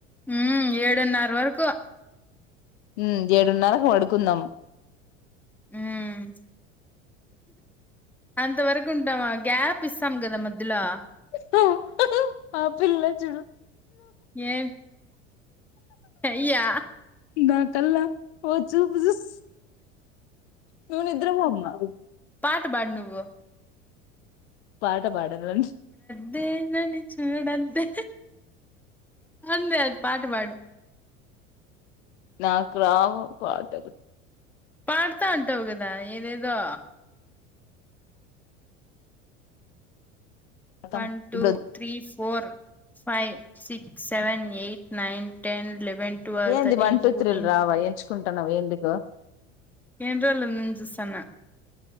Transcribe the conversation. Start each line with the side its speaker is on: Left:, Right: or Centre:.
Centre: మ్ ఏడున్నర వరకు
Left: మ్ ఏడున్నరకు పాడుకుందాం
Centre: మ్ అంత వరకు ఉంటామా గ్యాప్ పిస్తాం కదా మధ్యలో
Left: పో ఆ పిల్ల చుడు
Centre: ఏ అయ్యా
Left: నా కల్లా ఓ చూపు చూస్ నువు నిద్రబోమ్మా
Centre: పాటబాడు నువు
Left: పాట పాడాలం
Centre: ద్దే నని చూడొద్దె అందే అది పాట పాడు
Left: నాక్ రావు పాటలు
Centre: పాడతాంటావు కదా ఏదేదో
Left: కతం
Centre: వన్ టూ
Left: ఇప్పుడు
Centre: త్రీ ఫ్ four five six seven eight nine ten eleven twelve
Left: ఏంది
Centre: థర్టీన్
Left: వన్ టూ
Centre: ఫోర్టీన్
Left: త్రీలు రావా ఎంచుకుంటున్నావు ఎందుకు
Centre: ఏండ్రోల్ ఉంది అని చూసన్న